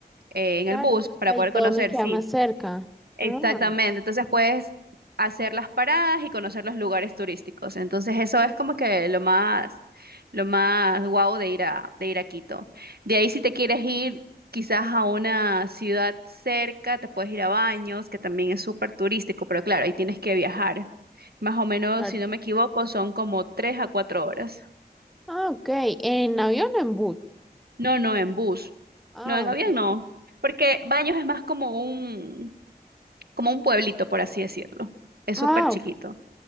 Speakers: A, on the right (about 65°); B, in the centre.
A: eh, en
B: claro,
A: el bus,
B: entonces
A: para
B: ahí
A: poder
B: todo
A: conocer,
B: me queda
A: sí.
B: más cerca.
A: Exactamente,
B: Ah,
A: entonces puedes hacer las paradas y conocer los lugares turísticos. Entonces eso es como que lo más, lo más guau de ir a, de ir a Quito. De ahí si te quieres ir quizás a una ciudad cerca, te puedes ir a Baños, que también es súper turístico, pero claro, ahí tienes que viajar. Más o menos,
B: claro.
A: si no me equivoco, son como tres a cuatro horas.
B: Ah, ok. ¿En avión o en bus?
A: No, no, en bus.
B: Ah,
A: No, en
B: ok.
A: avión no. Porque Baños es más como un, como un pueblito, por así decirlo. Es
B: Ah,
A: súper chiquito.
B: ok.
A: O